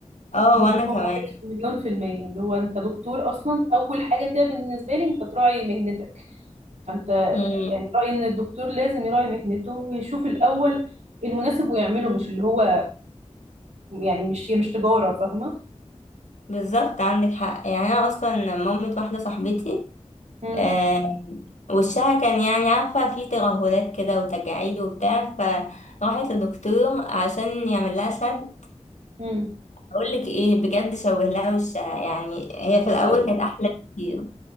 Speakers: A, on the left (about 80°); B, on the right (about 75°).
A: اه
B: ضدهم
A: وأنا كمان
B: واحد في مليون في المية اللي هو انت دكتور اصلا اول حاجة كده بالنسبة لي انت تراعي مهنتك فانت
A: مم،
B: يعني رأيي ان الدكتور لازم يراعي مهنته ويشوف الاول المناسب ويعمله مش اللي هو يعني مش هي مش تجارة فاهمة
A: بالظبط عندك حق يعني أنا أصلا مامة واحدة صاحبتي
B: امم
A: آه، وشها كان يعني عارفة فيه ترهلات كده وتجاعيد وبتاع فراحت لدكتور عشان يعمل لها شد
B: امم
A: أقولك إيه بجد شوه لها وشها يعني هي في
B: حسبي
A: الأول
B: الله
A: كانت أحلى بكتير